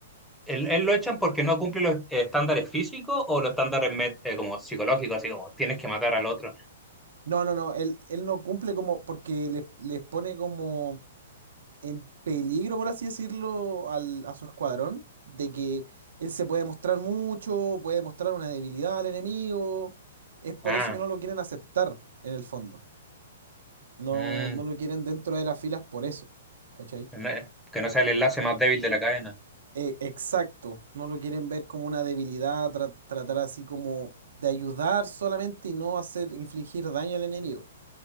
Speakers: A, in the centre; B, on the right.
A: ¿Él, él lo echan porque no cumple los eh, estándares físicos o los estándares met- eh, como psicológicos, así como tienes que matar al otro?
B: No, no, no, él, él no cumple como porque les, les pone como en peligro, por así decirlo, al, a su escuadrón, de que él se puede mostrar mucho, puede mostrar una debilidad al enemigo. Es por
A: Ah,
B: eso que no lo quieren aceptar, en el fondo. No,
A: mm,
B: no lo quieren dentro de las filas por eso, ¿cachai?
A: no, eh, que no sea el enlace más débil de la cadena.
B: Eh, exacto, no lo quieren ver como una debilidad, tra- tratar así como de ayudar solamente y no hacer infligir daño al enemigo.